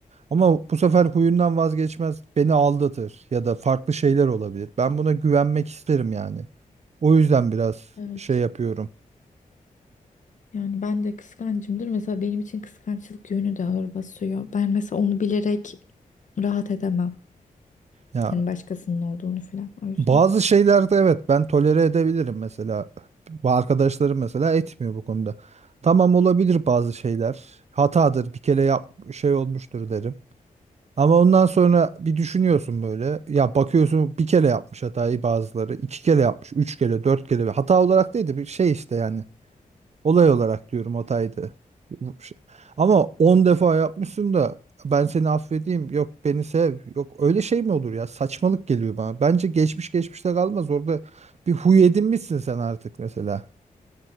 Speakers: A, on the right (about 50°); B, on the left (about 60°).
A: Ama bu sefer huyundan vazgeçmez beni aldatır ya da farklı şeyler olabilir. Ben buna güvenmek isterim yani. O yüzden biraz
B: evet.
A: şey yapıyorum.
B: Yani ben de kıskancımdır. Mesela benim için kıskançlık yönü de ağır basıyor. Ben mesela onu bilerek rahat edemem.
A: Ya
B: Yani başkasının olduğunu falan o yüzden.
A: Bazı şeylerde evet ben tolere edebilirim mesela. Bu Arkadaşlarım mesela etmiyor bu konuda. Tamam olabilir bazı şeyler. Hatadır bir kere yap şey olmuştur derim. Ama ondan sonra bir düşünüyorsun böyle. Ya bakıyorsun bir kere yapmış hatayı bazıları. iki kere yapmış. Üç kere dört kere. Hata olarak değil de bir şey işte yani. Olay olarak diyorum hataydı. Bu şey- Ama 10 defa yapmışsın da ben seni affedeyim. Yok beni sev. Yok öyle şey mi olur ya? Saçmalık geliyor bana. Bence geçmiş geçmişte kalmaz. Orada bir huy edinmişsin sen artık mesela.